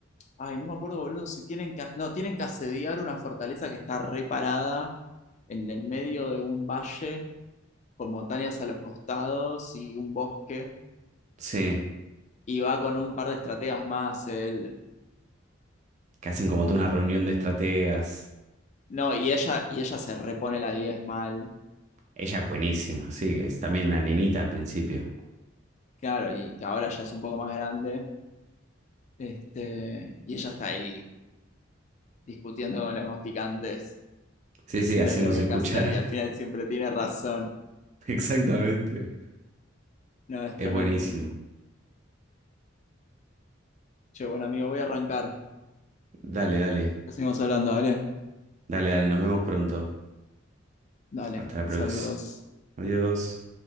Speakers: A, on the left (about 35°); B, on the right (about 35°).
A: Ay, no me acuerdo, boludo, si tienen que, no, tienen que asediar una fortaleza que está reparada en el medio de un valle con montañas a los costados y un bosque
B: sí,
A: y va con un par de estrategas más él.
B: que hacen como toda una reunión de estrategas.
A: No, y ella y ella se repone la 10 mal.
B: Ella es buenísima, sí, que es también una nenita al principio.
A: Claro, y que ahora ya es un poco más grande. Este, y ella está ahí discutiendo con los más picantes,
B: Sí,
A: diciéndoles
B: sí, haciéndose
A: lo que hay
B: escuchar.
A: que hacer y al final siempre tiene razón.
B: <laughs> Exactamente.
A: No, es tremendo.
B: Es buenísimo.
A: Che, bueno, amigo, voy a arrancar.
B: Dale, dale.
A: Ya seguimos hablando, dale.
B: Dale, dale. Nos vemos pronto.
A: Dale.
B: Hasta la próxima.
A: Saludos.
B: Adiós.